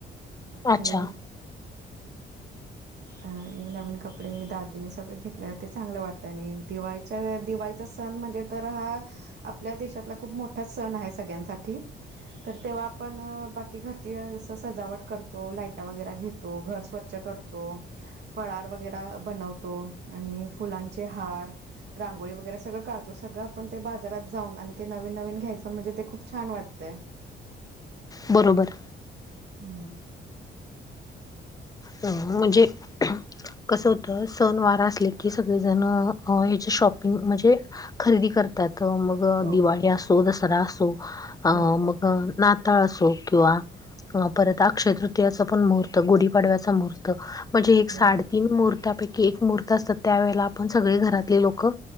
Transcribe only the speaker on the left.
अच्छा.
बरोबर.
अ म्हणजे कसं होतं, सण वारा असले की, सगळेजण ह्याच्या शॉपिंग म्हणजे खरेदी करतात मग
दिवाळी असो. दसरा असो. अ
मग अ नाताळ असो किंवा परत अक्षय तृतीयाचा पण मुहूर्त गुढी पाडव्याचा मुहूर्त. म्हणजे एक साडेतीन
मुहूर्तां पैकी एक महूर्त असतात त्या वेळेला आपण सगळे घरातले लोकं